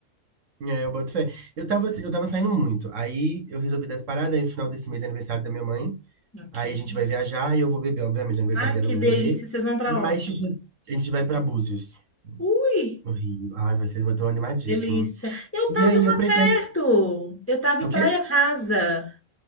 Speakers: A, on the right; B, on the left.
A: É, eu boto fé. Eu tava, assim, eu tava saindo muito. Aí eu resolvi dar essa parada, aí no final desse mês é aniversário da minha mãe.
B: Ok.
A: Aí a gente vai viajar e eu vou beber, obviamente, no aniversário
B: Ai,
A: dela
B: que
A: eu vou
B: delícia,
A: beber.
B: vocês vão pra
A: Mas,
B: onde?
A: tipo, assim, a gente vai pra Búzios,
B: Ui,
A: no Rio. Ai, vai ser, eu tô animadíssimo.
B: delícia. Eu estava
A: E aí
B: lá
A: eu pretendo.
B: perto. Eu estava
A: é
B: em
A: O quê?
B: Praia Rasa.